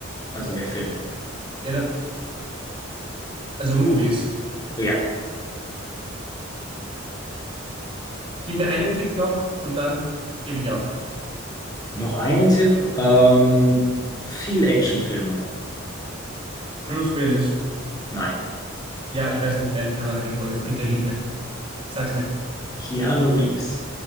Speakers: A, on the left; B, on the right.
A: Also mehr Filme.
B: Ja, dann, Also Movies.
A: Ja.
B: Gib mir einen Tipp noch und dann gebe ich auf.
A: Noch einen Tipp. Ähm, viel Actionfilme.
B: Bruce Willis.
A: Nein.
B: Ja, ich weiß nicht, wer in Kanada geboren ist. Bitte hilf mir. Sag's mir.
A: Keanu Reeves.